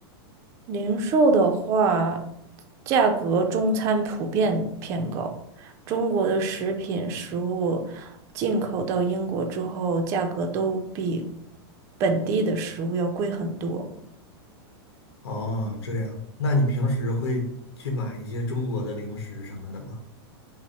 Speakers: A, on the right (about 20°); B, on the left (about 85°).
A: 零售的话，价格中餐普遍偏高。中国的食品食物进口到英国之后，价格都比本地的食物要贵很多。
B: 哦，这样，那你平时会去买一些中国的零食什么的吗？